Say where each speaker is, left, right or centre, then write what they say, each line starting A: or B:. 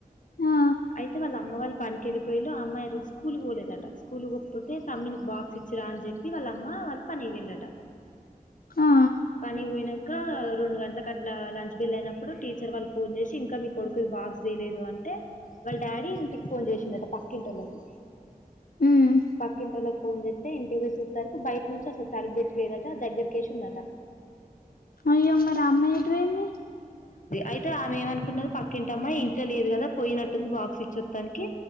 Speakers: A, on the left (about 75°); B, on the left (about 60°).
A: ఆ
B: అయితే వాళ్ళు అమ్మ వాళ్ళు పనికి వెళ్ళిపోయిలు అమ్మాయి రోజు స్కూల్కి పోలేదట స్కూల్ పోకపోతే తమ్మనికి బాక్స్ ఇచ్చిరా అని చెప్పి వాళ్ళ అమ్మ వాళ్ళ పనికి పోయిళ్ళట
A: ఆ
B: పనికి పోయినాక రెండు గంటలకి అట్లా లంచ్ బేళ్ల్ అయినప్పుడు టీచర్ వాళ్ళు ఫోన్ చేసి ఇంకా మీ కొడుకుది బాక్స్ చేేయలేదు అంటే వాళ్ళ డాడీ ఇంటికి ఫోన్ చేసిండట పక్కింటోళ్ళలకు
A: ఉమ్
B: పక్కింటోళ్ళకి ఫోన్ చేస్తే ఇంటికి పోసిూతరకు బయట నుంచి అసలు తలబెట్టలేదుట దగ్గరికేసిందట
A: అయ్య మరి ఆ అమ్మాయి ఎటుపోయింది
B: అయితే ఆమె ఏమనుకున్నది పక్ మ్మాయి ఇంట్లో లేదు కదా పోయినట్టుంది బాక్స్ ఇచ్చొస్తానికి